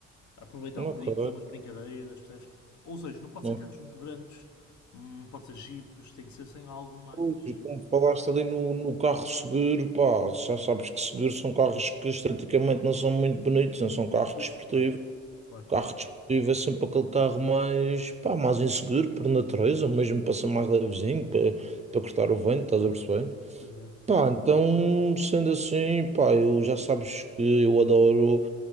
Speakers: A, on the left; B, on the right.
A: a aproveitar
B: ok.
A: um bocadinho, fazer umas brincadeiras, percebes? Ou seja, não pode
B: Mas,
A: ser carros muito grandes, hum, pode ser jipes, tem que ser sem algo mais.
B: pô, E como falaste ali no, no carro seguro, pá, já sabes que seguros são carros que esteticamente não são muito bonitos, não são carros
A: Pois,
B: desportivos
A: claro, claro,
B: Carro desportivo é sempre aquele carro mais, pá, mais inseguro por natureza, mesmo para ser mais levezinho, para, para cortar o vento, estás a perceber?
A: pois é.
B: Pá, então, sendo assim, pá, eu já sabes que eu adoro